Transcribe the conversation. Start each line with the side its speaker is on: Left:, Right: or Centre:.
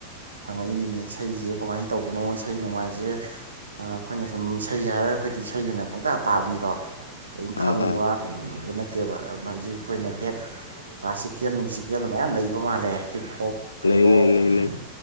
Right: ꯍꯪꯉꯛꯏꯅꯤꯅꯦ ꯏꯁꯩꯖꯦ ꯀꯃꯥꯏ ꯇꯧꯕꯅꯣ ꯏꯁꯩ ꯅꯣꯡꯃꯥꯏꯖꯦ ꯑ ꯑꯈꯣꯏꯅ ꯁꯨꯝ ꯁꯩ ꯍꯥꯏꯔꯒ ꯈꯣꯏꯗꯤ ꯁꯩ ꯑꯣꯏꯅ ꯄꯪꯇꯥ ꯇꯥꯕꯅꯤꯗꯣ ꯀꯩꯝ <unintelligible>
Left: ꯑꯥ ꯑꯥ
Right: ꯇꯦꯕ ꯑꯗꯨꯅ ꯍꯩꯖꯤ ꯈꯣꯏꯅ ꯍꯦꯠ ꯀ꯭ꯂꯥꯁꯤꯀꯦꯜ ꯅꯨꯡꯁꯤꯀꯦꯜ ꯃꯌꯥꯝ ꯂꯩꯕ ꯃꯥꯜꯂꯦ ꯍꯤꯞ ꯍꯣꯞ <unintelligible>
Left: ꯂꯩ ꯂꯩ ꯂꯩ ꯂꯩ